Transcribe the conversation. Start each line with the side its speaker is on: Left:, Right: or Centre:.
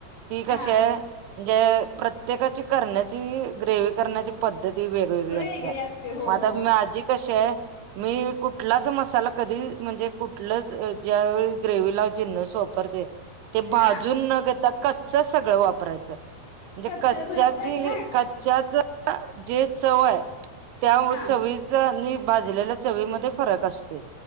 Right: ती कशी
Left: हा
Right: आहे म्हणजे प्रत्येकाची करण्याची ग्रेवी करण्याची पद्धती ही वेग- वेगवेगळ्या
Left: वेगळी
Right: असत्या
Left: असते हो
Right: मग आता
Left: हो
Right: माझी कशी हाय - मी कुठलाच मसाला कधी म्हणजे कुठलंच ज्या वळी ग्रेव लावची न स वापरते ते भाजून
Left: हा
Right: न घेता कच सगळं वापरायचं म्हणजे
Left: कच्चेच
Right: कच्च्याची
Left: घालताय का
Right: कच्च्याच जे चव आहे त्या
Left: हा
Right: चवीचा आणि भाजलेल्या चवीमध्ये फरक असतो